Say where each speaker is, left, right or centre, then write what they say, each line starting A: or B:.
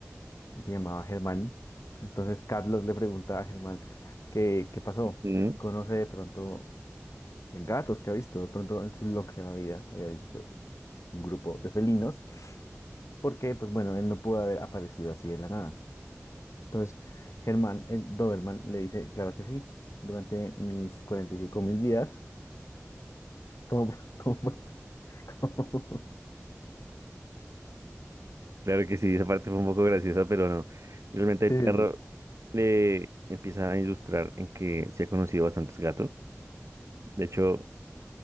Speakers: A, on the left; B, on the right.
A: y se llamaba Germán. Entonces Carlos le preguntaba a Germán qué, qué pasó,
B: Mm,
A: si conoce de pronto gatos que ha visto. De pronto en su longeva vida había visto un grupo de felinos. Porque, pues bueno, él no pudo haber aparecido así de la nada. Entonces Germán, el Doberman, le dice, claro que sí, durante mis cuarenta y cinco mil vidas, ¿cómo, pu- <laughs> cómo puedes? <laughs>
B: Claro que sí, esa parte fue un poco graciosa, pero no. Realmente el
A: Sí,
B: perro
A: sí, sí.
B: le empieza a ilustrar en que se ha conocido bastantes gatos. De hecho,